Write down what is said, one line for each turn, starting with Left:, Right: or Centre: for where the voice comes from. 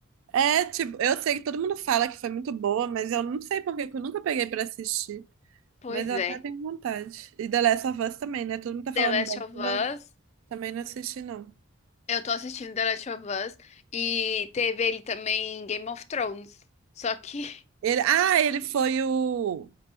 Right: É, tipo, eu sei que todo mundo fala que foi muito boa, mas eu não sei por que que eu nunca peguei pra assistir.
Left: Pois
Right: Mas eu
Left: é.
Right: até tenho vontade. E The Last of Us também, né? Todo mundo tá
Left: The
Right: falando
Left: Last
Right: bem,
Left: of
Right: mas
Left: Us.
Right: eu também não assisti, não.
Left: Eu tô assistindo The Last of Us e teve ele também em Game of Thrones. Só que
Right: Ele, ah, ele foi o.